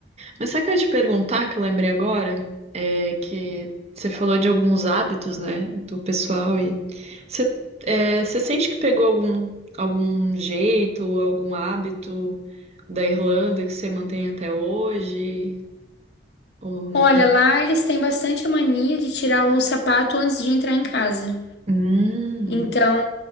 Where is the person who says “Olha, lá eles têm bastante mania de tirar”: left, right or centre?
Left